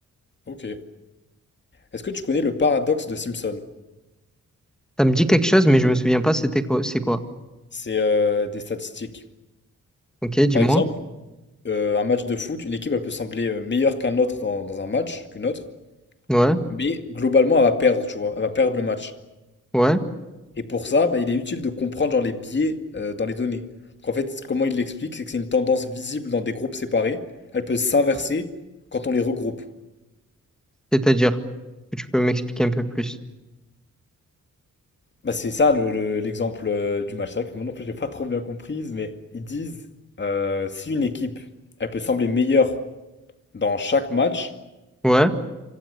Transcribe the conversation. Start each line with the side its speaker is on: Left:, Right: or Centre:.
Left: Ok. Est-ce que tu connais le paradoxe de Simpson?
Centre: Ça me dit quelque chose, mais je me souviens pas c'était quoi, c'est quoi.
Left: C'est euh, des statistiques.
Centre: Ok, dis-moi.
Left: Par exemple, euh, un match de foot, une équipe, elle peut sembler euh, meilleure qu'un autre dans, dans un match, qu'une autre,
Centre: Ouais,
Left: mais globalement, elle va perdre, tu vois, elle va perdre le match.
Centre: ouais.
Left: Et pour ça, bah, il est utile de comprendre genre, les biais euh, dans les données. Donc, en fait, comment il l'explique, c'est que c'est une tendance visible dans des groupes séparés, elle peut s'inverser quand on les regroupe.
Centre: C'est-à-dire que tu peux m'expliquer un peu plus.
Left: Bah, c'est ça le- le- l'exemple euh, du match. C'est vrai que moi non plus, j'ai pas trop bien comprise, mais ils disent euh, si une équipe, elle peut sembler meilleure dans chaque match,
Centre: Ouais,